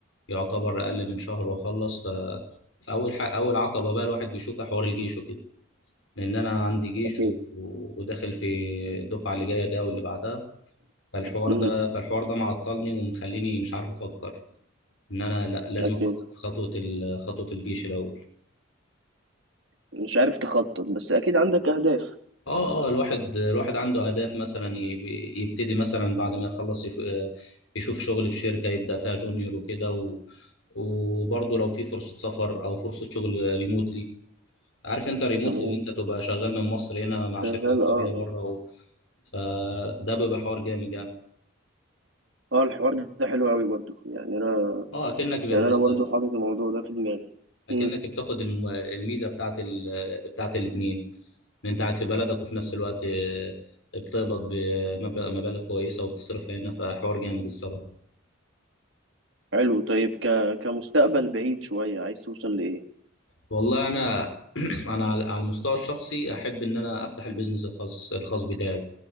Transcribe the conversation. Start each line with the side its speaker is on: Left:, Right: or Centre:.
Left: يعتبر اقل من شهر واخلص ف- فاول حق اول عقبه بقى الواحد بيشوفها حوار الجيش وكده لان انا عندي جيش
Right: اكيد
Left: و... و- وداخل في الدفعه اللي جايه ده واللي بعدها فالحوار
Right: امم
Left: ده فالحوار ده معطلني ومخليني مش عارف افكر ان انا لا لازم
Right: اكيد
Left: افكر في خطوه ال... خطوه الجيش الاول
Right: مش عارف تخطط بس اكيد عندك اهداف
Left: اه اه الواحد الواحد عنده اهداف مثلا يب- يبتدي مثلا بعد ما يخلص يف- يشوف شغل في شركة يبدأ فيها جونيور وكده و... وبرضه لو في فرصة سفر او فرصة شغل ريموتلي عارف انت ريموتلي
Right: تمام
Left: اللي انت تبقى شغال من مصر هنا مع
Right: شغال
Left: شركة اجنبية
Right: اه
Left: بره
Right: اه
Left: و... فده بيبقى حوار جامد يعني
Right: آه، الحوار ده حلو قوي برضو يعني انا
Left: اه اكنك بتست...
Right: يعني انا برضو حاطط الموضوع ده في دماغي
Left: اكنك
Right: امم
Left: بتاخد الم... الميزة بتاعت ال... بتاعت الاتنين ان انت قاعد في بلدك وفي نفس الوقت آه، بتقبض بمبلغ مبالغ كويسة وبتصرف هنا فحوار جامد الصراحة
Right: حلو طيب ك... كمستقبل بعيد شوية عايز توصل لايه
Left: والله انا <clears throat> انا على على المستوى الشخصي احب ان انا افتح البيزنس الخاص الخاص بتاعي